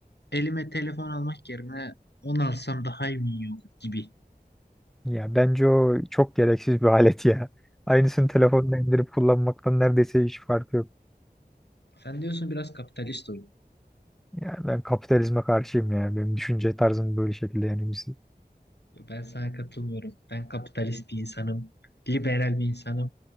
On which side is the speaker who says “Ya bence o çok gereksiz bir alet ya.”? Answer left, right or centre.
Centre